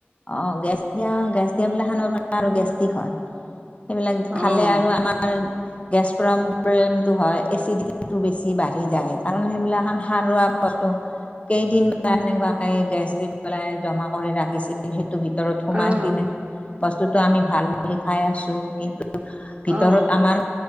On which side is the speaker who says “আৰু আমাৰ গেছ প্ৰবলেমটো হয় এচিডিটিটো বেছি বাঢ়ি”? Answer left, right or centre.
Left